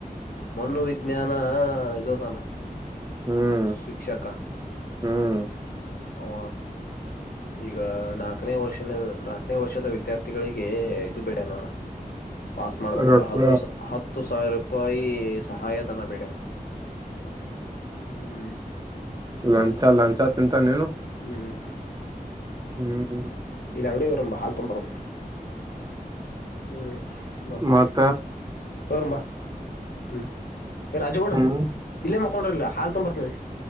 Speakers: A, on the left; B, on the right.
A: ಮ್ಣ ವಿಜ್ಞಾನ ಹಾ ಇದು ತಾನ
B: ಹ್ಮ್
A: ಶಿಕ್ಷಕ
B: ಹ್ಮ್
A: ಆ ಈಗ ನಾಲ್ಕನೇ ವರ್ಷ ನಾಲ್ಕನೇ ವರ್ಷದ ವಿದ್ಯಾರ್ಥಿಗಳಿಗೆ ಎ್ದದು ಬಿೇಡಾನ ಪಾಸ್ ಮಾಡ್ಬೇಕಂದ್ರೆ
B: ರೊಕ್ಕ
A: ಹತ್ತು ಹತ್ತು ಸಾವಿರ ರಪಾಯಿ ಸಹಾಯಧನ ಬೇಡ ಹ್ಮ್
B: ಲಂಚ ಲಂಚ ತಿಂತಾನೇನು
A: ಹ್ಮ್ಮ
B: ಹ್ಮ್
A: ಇಲ್ಲಿ ಅಂಗಡಿ ಒಗ್ಬಾರನ ಬ ಹಾಲ್ ತೊಂಬರ ಹ್ಮ್ ನತ್ತ
B: ಮತ್ತ
A: ತೋರ್ಂಬಾ ಹ್ಮ್ ರಾಜಗೌಡ
B: ಹ್ಮ್
A: ಇಲ್ಲ ಮ ತಕೊಂಡ್ರಿಲ್ಲ ಹಾಲ್ ತುಂಬರ್ತನ